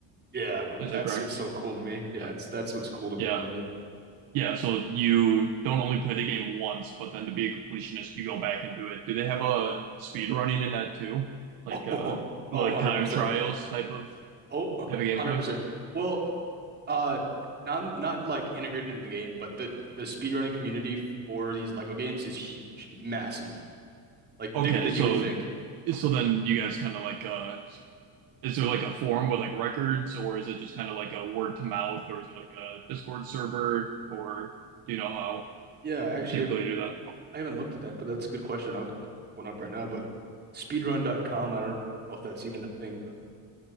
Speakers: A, on the right (about 25°); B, on the right (about 65°).
A: Yeah, bro.
B: Is
A: That's
B: that correct?
A: what's so cool to me. Yeah,
B: Yeah.
A: it's that's what's cool to me
B: Yeah.
A: about it. <laughs>
B: Yeah, so you don't only play the game once, but then to be a completionist, you go back and do it. Do they have a speed running in that too? Like
A: Oh,
B: uh like
A: oh, 100%.
B: time trials type of
A: Oh, 100%.
B: type of gameplay?
A: Well, uh not not like integrated into the game, but the the speedrunning community for these Lego games is huge, massive. Like
B: Okay,
A: bigger than
B: so
A: you would think.
B: so then you guys kind of like uh Is there like a forum with like records, or is it just kind of like a word to mouth, or is it like a Discord server, or do you know how
A: Yeah, I actually
B: you typically
A: haven't
B: do that?
A: I haven't looked at that, but that's a good question. I'll look one up right now, but speedrun dot com. I don't know if that's even a thing, but